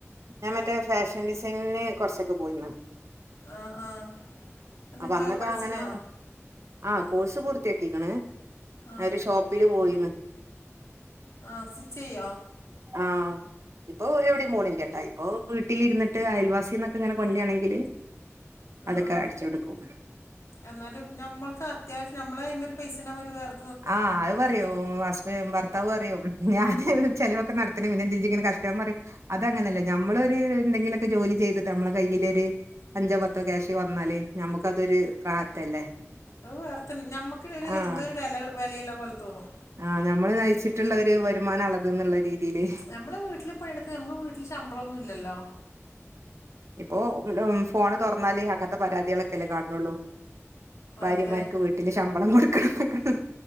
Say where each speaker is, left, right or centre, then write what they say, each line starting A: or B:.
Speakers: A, on the right; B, on the left.
A: ഞാ മറ്റെ ഫാഷൻ ഡിസൈനിങ്ങ്ന് കൊറച്ചൊക്കെ പോയിന്ന്
B: ആഹ് ആഹ് എന്നട്ടോ
A: അപ്പൊ അന്നൊക്കെ
B: പട്ച്ചിനൊ?
A: അങ്ങനെ ആഹ് കോഴ്സ് പൂർത്തിയാക്കിക്ക്ണ്
B: ആ
A: ഞാ ഒരു ഷോപ്പില് പോയിന്ന്
B: ആഹ് സ്റ്റിച്ചെയ്യോ?
A: ആഹ് ഇപ്പൊ ഒ എവ്ടിം പോണില്ല്യാട്ടോ ഇപ്പൊ വീട്ടിലിരിന്ന്ട്ട് അയൽവാസിന്നൊക്കെങ്ങെനെ കൊൺണ്ട്രാണെങ്കില്
B: ആ
A: അതെക്കെ
B: ആ
A: അട്ച്ചൊട്ക്കും
B: എന്നാലും നമ്മക്ക് അത്യാവിശ്യം നമ്മളെ കയ്യ്മ്മേ ഒരു പൈസെണ്ടാവുമ്പോ ഒരു വേറെ
A: ആഹ് അഹ് പറയൂ ഹസ്ബെ ഭർത്താ വ് പറയും ഞാന് ചെലവൊക്കെ നടത്ത്ണെ പിന്നെന്തിന് ഇജ്ജ്ങ്ങെനെ കഷ്ട ഞാ പറയും അതങ്ങനല്ലേ നമ്മളൊരു എന്തെങ്കിലൊക്കെ ജോലി ചെയ്ത്ട്ട് നമ്മളെ കയ്യിലൊര് അഞ്ചോ പത്തോ ക്യാഷ് വന്നാല് ഞമ്മക്ക് അതൊരു റാഹത്തല്ലേ?
B: അഹ് വേറെത്തന്നെ ഞമ്മക്കെന്നൊരു
A: ആഹ്
B: എന്തോ ഒരു വെല വെലയിള്ള പോലെ തോന്നും
A: ആഹ് ഞമ്മള് നയ്ച്ചിട്ട്ള്ള ഒരു വരുമാനാള്ളെത് എന്ന്ള്ള രീതീല്
B: നമ്മള് വീട്ടിലിപ്പം എട്ക്കാ നമ്മക്ക് വീട്ടില്പ്പം ശമ്പളൊന്നുല്ലല്ലോ?
A: ഇപ്പൊ പിന്നെ ഫോണ് തൊർന്നാല് അങ്ങത്തെ പരാതികളൊക്കെല്ലേ കാൺണൊള്ളൂ ഭാര്യമാര്ക്ക്
B: അതെ
A: വീട്ടില് ശമ്പളം കൊടുക്കണന്നൊക്കെ